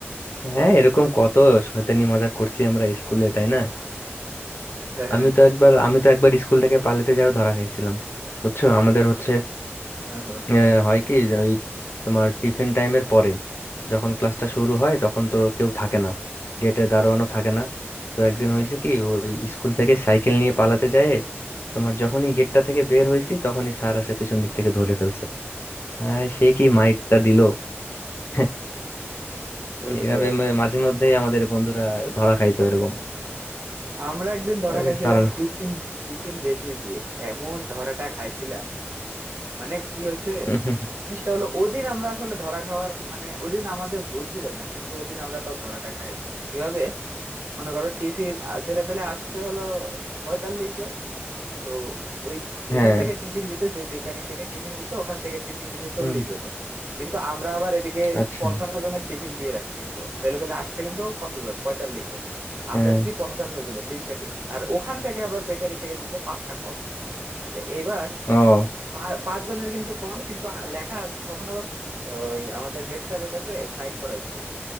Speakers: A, on the left (about 60°); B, on the right (about 65°).
A: হ্যাঁ এরকম কত শয়তানি মজা করছি আমরা স্কুলে তাই না
B: <laughs> হ্যাঁ
A: আমি তো একবার আমি তো একবার স্কুল থেকে পালাতে যাও ধরা খাইছিলাম বুঝছো আমাদের হচ্ছে
B: ওহো,
A: আহ, হয় কি যে ওই তোমার টিফিন টাইমের পরে যখন ক্লাসটা শুরু হয় তখন তো কেউ থাকে না গেটে দারোয়ানও থাকে না তো একদিন
B: আচ্ছা
A: হয়েছে
B: আচ্ছা
A: কি ওই স্কুল থেকে সাইকেল নিয়ে পালাতে যায় তোমার যখনই গেটটা থেকে বের হয়েছি তখনই স্যার আসে পেছন দিক থেকে ধরে ফেলছে আহ, সে কি মাইটটা দিল <laughs>
B: বুঝতে
A: এইভাবে
B: পারছি
A: মা- মাঝে মধ্যেই আমাদের বন্ধুরা ধরা খাইতো এরকম
B: আমরা একদিন ধরা
A: আরে
B: খাইছিলাম
A: বেশ ভালো না
B: টিফিন টিফিন বেশি দিয়ে এমন ধরাটা খাইছিলাম মানে কি হয়েছে
A: <laughs>
B: জিনিসটা হলো ওদিন আমরা আসলে ধরা খাওয়ার মানে ওদিন আমাদের ভুল ছিল না কিন্তু ওদিন আমরা তাও ধরাটা খাই গেছি কিভাবে মনে করো টিফিন আহ, ছেলে পেলে আসছে হলো পঁয়তাল্লিশ তো ওই যেখান
A: হ্যাঁ
B: থেকে টিফিন দিত যে বেকারি থেকে টিফিন দিত ওখান থেকে টিফিন দিছে চল্লিশ
A: হুম
B: জনের কিন্তু আমরা আবার এদিকে
A: আচ্ছা
B: পঞ্চান্ন জনের টিফিন দিয়ে রাখছি কিন্তু ছেলেপেলে আসছে কিন্তু কতজন পঁয়তাল্লিশ জন
A: হ্যাঁ
B: আমরা দিছি পঞ্চান্ন জনের ডিম প্যাটিস আর ওখান থেকে আবার বেকারি থেকে দিছে পাঁচটা কম তো এবার
A: ও
B: পা- পাঁচজনের কিন্তু কম কিন্তু আ- লেখা তখন আবার আহ, ওই আমাদের হেড স্যারের কাছে সাইন করাইতে হইতো